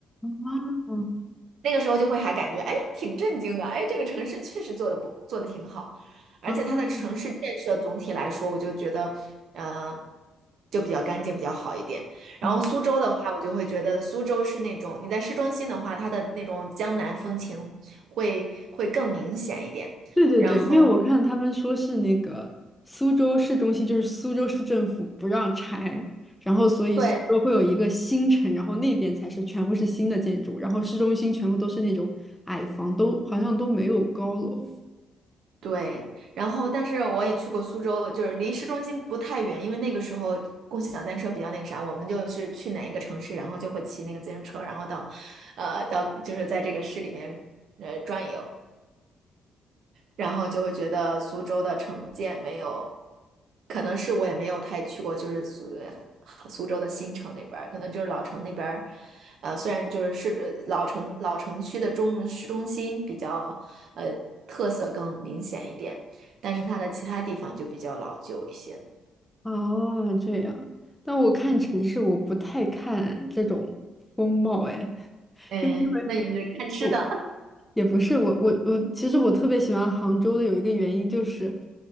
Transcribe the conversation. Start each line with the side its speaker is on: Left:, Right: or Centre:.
Centre: 啊
Right: 那个时候就会还感觉，哎，挺震惊的，哎，这个城市确实做的不做的挺好，而且它的城市建设总体来说，
Centre: 啊
Right: 我就觉得，呃，就比较干净，比较好一点。
Centre: 啊！
Right: 然后苏州的话，我就会觉得苏州是那种你在市中心的话，它的那种江南风情会会更明显一点。
Centre: 对对对，
Right: 然后
Centre: 因为我看他们说是那个苏州市中心，就是苏州市政府不让拆，然后所以苏州会有一个新城，
Right: 对，
Centre: 然后那边才是全部是新的建筑，然后市中心全部都是那种矮房，都好像都没有高楼。
Right: 对，然后但是我也去过苏州，就是离市中心不太远，因为那个时候共享单车比较那个啥，我们就是去哪一个城市，然后就会骑那个自行车，然后到，呃，到就是在这个市里面呃转悠。然后就会觉得苏州的城建没有，可能是我也没有太去过，就是苏呃苏州的新城那边儿，可能就是老城那边儿，呃，虽然就是市呃老城老城区的中市中心比较呃特色更明显一点，但是它的其他地方就比较老旧一些。
Centre: 哦，这样。但我看城市，
Right: 嗯
Centre: 我不太看这种风貌，哎。
Right: 嗯，
Centre: 就因为
Right: 那也是看吃的。
Centre: <laughs> 我也不是我我我，其实我特别喜欢杭州的有一个原因就是，